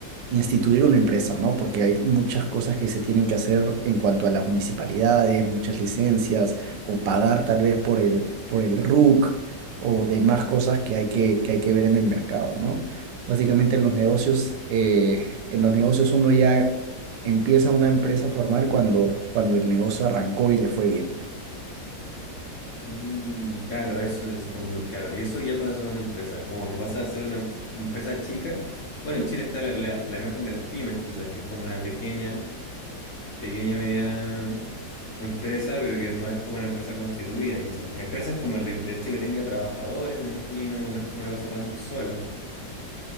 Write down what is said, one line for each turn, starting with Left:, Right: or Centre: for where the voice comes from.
Right: instituir una empresa, ¿no? Porque hay muchas cosas que se tienen que hacer en cuanto a las municipalidades, muchas licencias, o pagar tal vez por el, por el RUC, o demás cosas que hay que, que hay que ver en el mercado, ¿no? Básicamente en los negocios,
Left: ujú.
Right: eh, en los negocios uno ya empieza una empresa formal cuando, cuando el negocio arrancó y le fue bien.
Left: Mm, Claro, eso es cuando, claro, y eso ya pasa a ser una empresa, como que pasa a ser una em- empresa chica. Bueno, en Chile está la, la, la imagen de las pymes, quizás, que es como una pequeña, pequeña, mediana empresa, pero que no es como una empresa constituida, quizás. Empresas como el, el hecho de que tenga trabajadores, me imagino, no es como una cosa tan sola.